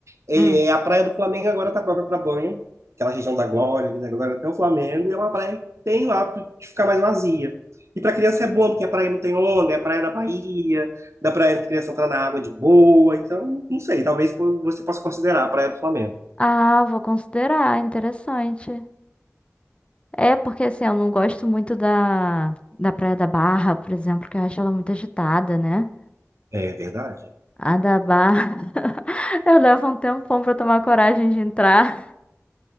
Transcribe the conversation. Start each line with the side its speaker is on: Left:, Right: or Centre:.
Right: É,
Left: Hum.
Right: a praia do Flamengo agora tá própria para banho, aquela região da Glória, ali da Glória até o Flamengo, e é uma praia que tem o hábito de ficar mais vazia. E para criança
Left: Hum.
Right: é bom, porque a praia não tem onda, é a praia da Bahia, dá pra criança entrar na água de boa, então, não sei, talvez você possa considerar a praia do Flamengo.
Left: Ah, vou considerar, interessante. É porque assim, eu não gosto muito da, da Praia da Barra, por exemplo, que eu acho ela muito agitada, né?
Right: É verdade.
Left: A da Barra. Eu levo um tempão pra tomar coragem de entrar.